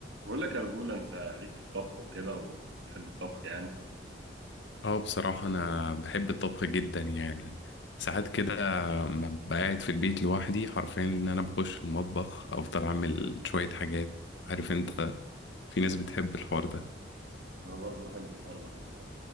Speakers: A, on the right; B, on the left.
A: بقول لك يا رجولة انت ليك في الطبخ وكده وتحب الطبخ يعني
B: اه بصراحة أنا بحب الطبخ جدا يعني ساعات كده ما ببقى قاعد في البيت لوحدي حرفيا إن أنا بخش المطبخ أفضل أعمل شوية حاجات عارف أنت في ناس بتحب الحوار ده
A: انا برضو بحب الحوار ده خد بالك